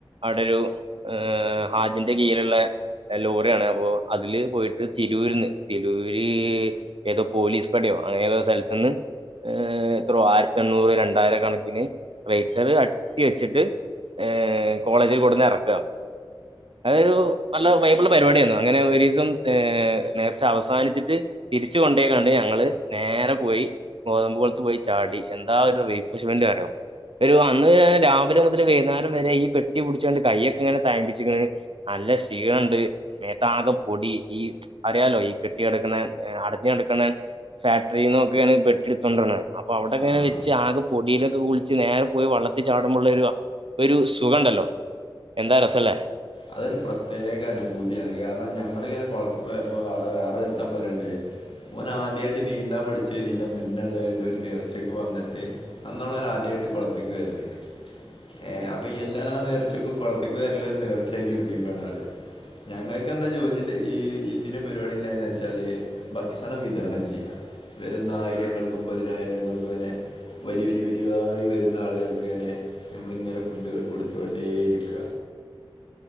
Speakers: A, on the right (about 70°); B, on the left (about 65°).
A: അവിടെ ഒരു ഏ ഹാജിന്റെ കീഴ്ല്ള്ള ലോറിയാണ് അപ്പോ അതില് പോയിട്ട് തിരൂര്ന്ന് തിരൂര് ഏതോ പോലീസ് പടിയോ അങ്ങനതോ സ്ഥലത്തുന്ന് ഏ എത്രോ ആയിരത്തി എണ്ണൂറ് രണ്ടായിര കണക്കിന് റേറ്റർ അട്ടി വെച്ചിട്ട് ഏ കോളേജിൽ കൊടുന്നെറക്ക അതോരു നല്ല വൈബിള്ള പരിപാടിയായിരുന്നു അങ്ങനെ ഒരു ദിവസം നേർച്ച അവസാനിച്ചിട്ട് തിരിച്ച് ക്കാണ്ട് ഞങ്ങള് നേരെ പോയി ഗോതമ്പ് കൊളത്ത് പോയി ചാടി എന്താ ഒരു റീഫ്രഷ്മെന്റ് അറിയോ ഒരു അന്ന് രാവിലെ മുതൽ വൈന്നേരം വരെ ഈ പെട്ടി പിടിച്ചോണ്ട് കയ്യൊക്കെ ഇങ്ങനെ തഴമ്പിചക്കൻ നല്ല ക്ഷീണണ്ട് മേത്താകെ പൊടി ഈ അറിയാലോ ഈ കെട്ടിയെടുക്കുന്ന അടു ഫാക്ടറിന്നൊക്കെയാണ് ബെഡ് എടുത്തോണ്ട് വരണത് അപ്പൊ അവിടെക്കെ
B: ആ ആ
A: വെച് ആകേ പൊടിയിലൊക്കെ കുളിച്ച് നേരെ പോയി വള്ളത്തിൽ ചാടുമ്പോുള്ള ഒരു ഒരു സുഖം ണ്ടല്ലോ എന്താ രസംല്ലേ.
B: അതൊരു പ്രത്യേക അനുഭൂതിയാണ് കാരണം ഞങ്ങളി ങ്ങനെ കൊളത്തി പോയപ്പോ അവിടെ വേറെ ഒരുത്താൻ പറയുണ്ടേ ഓൻ ആദ്യമായിട്ട് നീന്താൻ പഠിച്ചേ ഇതിന്റെ മുന്നുള്ള ഇതൊരു നേർച്ചക്ക് വന്നിട്ട് അന്നോണോ ഓൻ ആദ്യമായിട്ട് കുളത്തേക്ക് വരണേ ഏ അപ്പ ഈ എല്ലാ നേർച്ചക്കും കുളത്തേക്കും വരല്ഒരു നേർച്ച ച്ചാക്കിടത് ക്കാണ് ആള് ഞങ്ങൾക്ക് എന്താ ജോലിണ്ട് ഈ ഇതിന്റെ പരിപാടി എന്താണ് വെച്ചാല് ഭക്ഷണം വിതരണം ചെയ്യാ വരുന്ന ആയിരങ്ങൾക്കും പതിനായിരങ്ങൾക്കും അങ്ങനെ വരി വരി വരിവായി വരുന്ന ആളുകൾക്കിങ്ങനെ നമ്മളിങ്ങനെ ഫുഡ്കൾ കൊടുത്തുകൊണ്ടേ ഇരിക്ക